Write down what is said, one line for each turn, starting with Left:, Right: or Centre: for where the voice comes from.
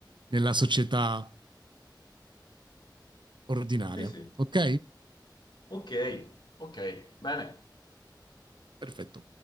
Right: nella società ordinaria,
Left: Sì, sì.
Right: ok?
Left: Ok, ok, bene.
Right: Perfetto.